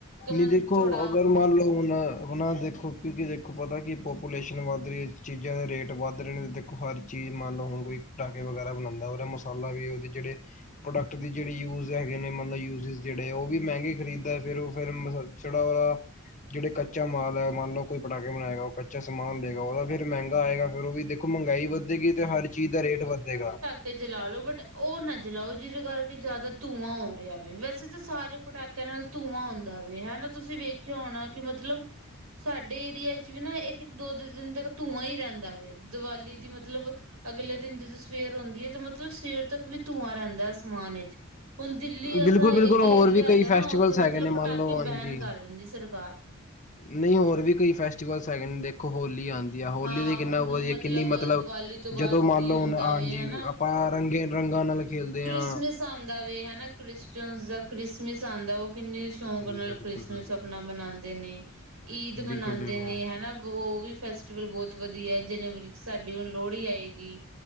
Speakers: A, on the left; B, on the right.
A: ਨਹੀਂ
B: ਮੈਨੂੰ
A: ਦੇਖੋ
B: ਥੋੜਾ
A: ਅਗਰ ਮੰਨ ਲੋੋ ਹੁਨ ਆਪਣਾ ਦੇ। ਦੇਖੋ ਕਿਉਂਕਿ ਦੇਖੋ ਪਤਾ ਕਿ ਪਾਪੂਲੇਸ਼ਨ ਵੱਧ ਰਹੀ ਹੈ, ਚੀਜ਼ਾਂ ਦੇ ਰੇਟ ਵੱਧ ਰਹੇ ਨੇ। ਦੇਖੋ ਹਰ ਚੀਜ਼ ਮੰਨ ਲਓ ਹੁਣ ਕੋਈ। ਪਟਾਕੇ ਵਗੈਰਾ ਬਣਾਉਂਦਾ, ਉਹਦਾ ਮਸਾਲਾ ਵੀ ਉਹਦੇ ਜਿਹੜੇ। ਪ੍ਰੋਡਕਟ ਦੀ ਜਿਹੜੀ ਯੂਜ ਹੈਗੇ ਨੇ ਮਤਲਬ ਯੂਜ ਜਿਹੜੇ ਉਹ ਵੀ ਮਹਿੰਗੇ ਖਰੀਦਦਾ ਹੈ ਫੇਿਰ ਉਹ ਫੇਿਰ ਮ ਚੜਾ ਵਾਲਾ ਜਿਹੜੇ ਕੱਚਾ ਮਾਲ ਹੈ ਮੰਨ ਲਓ ਕੋਈ ਪਟਾਕੇ ਬਣਾਏਗਾ ਉਹ ਕੱਚਾ ਸਮਾਨ ਲਏਗਾ ਉਹ ਫਿਰ ਮਹਿੰਗਾ ਆਏਗਾ ਫਿਰ ਉਹ ਵੀ ਦੇਖੋ ਮਹਿੰਗਾਈ ਵੱਧੇਗੀ ਤੇ ਹਰ ਚੀਜ਼ ਦਾ ਰੇਟ ਵੱਧੇਗਾ
B: ਕੇ ਜਲਾ ਲਓ ਬਟ ਉਹ ਨਾ ਜਲਾਓ ਜਿਹਦੇ ਕਰਕੇ ਜ਼ਿਆਦਾ ਧੂੰਆਂ ਹੋ ਰਿਹਾ ਵ ਵੈਸੇ ਤਾਂ ਸਾਰੇ ਪਟਾਕਿਆਂ ਨਾਲ ਧੂੰਆਂ ਆਉਂਦਾ ਵਵੇ ਹਨਾ ਤੁਸੀਂ ਵੇਖਿਆ ਹੋਣਾ ਕਿ ਮਤਲਬ ਸਾਡੇ ਏਰੀਆ ਚ ਵੀ ਨਾ ਇੱਕ ਇੱਕ ਦੋੋ ਦਿਨ ਤੱਕ ਧੂੰਆਂ ਹੀ ਰਹਿੰਦਾ ਵ ਦੀਵਾਲੀ ਦੀ ਮਤਲਬ ਮਤਲਬ ਅਗਲੇ ਦਿਨ ਜਦੋਂ ਸਵੇਰ ਹੁੰਦੀ ਹੈ ਤਾਂ ਮਤਲਬ ਸਵੇਰ ਤੱਕ ਵੀ ਧੂੰਆਂ ਰਹਿੰਦਾ ਅਸਮਾਨ ਵਿੱਚ ਹੁਣ ਦਿੱਲੀ ਐਸਾ
A: ਬਿਲਕੁਲ ਬਿਲਕੁਲ
B: ਇੱਕ ਏਰੀਆ
A: ਹੋਰ ਵੀ
B: ਹੈਗਾ
A: ਕਈ
B: ਨਾ
A: ਫੈਸਟੀਵਲਸ
B: ਉੱਥੇ
A: ਹੈਗੇ
B: ਮਤਲਬ
A: ਨੇ
B: ਪਟਾਕੇ
A: ਮੰਨ ਲਓ ਹਾਂਜੀ
B: ਬੈਨ ਕਰ ਦਿੰਦੀ ਸਰਕਾਰ
A: ਨਹੀਂ ਹੋਰ ਵੀ ਕੋਈ ਫੈਸਟੀਵਲਜ਼ ਹੈਗੇ ਨੇ ਦੇਖੋ ਹੋਲੀ ਆਉਂਦੀ ਯ ਹੋਲੀ
B: ਹਾਂ
A: ਦੀ ਕਿੰਨਾ
B: ਹੁਣ
A: ਵਧੀਆ ਕਿੰਨੀ ਮਤਲਬ
B: ਦੀਵਾਲੀ ਤੋਂ ਬਾਅਦ
A: ਜਦੋਂ ਮੰਨ
B: ਕੀ
A: ਲਓ
B: ਹੁੰਦਾ
A: ਹੁਣ ਹਾਂਜੀ
B: ਵੇ ਹਨਾ
A: ਆਪਾਂ ਰੰਗੀਨ ਰੰਗਾ ਨਾਲ ਖੇਲਦੇ
B: ਕ੍ਰਿਸਮਿਸ
A: ਹਾਂ
B: ਆਉਂਦਾ ਵੀ ਹਨਾ ਕ੍ਰਿਸਚਨ ਦਾ ਕ੍ਰਿਸਮਿਸ ਆਉਂਦਾ ਉਹ ਕਿੰਨੀ ਸ਼ੌਕ
A: ਬਿਲਕੁਲ
B: ਨਾਲ ਕ੍ਰਿਸਮਸ
A: ਬਿਲਕੁਲ
B: ਆਪਣਾ ਮਨਾਉਂਦੇ ਨੇ ਈਦ ਮਨਾਉਂਦੇ
A: ਬਿਲਕੁਲ ਬਿਲਕੁਲ
B: ਨੇ ਹਨਾ ਉਹ ਵੀ ਫੈਸਟੀਵਲ ਬਹੁਤ ਵਧੀਆ ਹੈ ਜਨਵਰੀ ਸਾਡੀ ਹੁਣ ਲੋਹੜੀ ਆਏਗੀ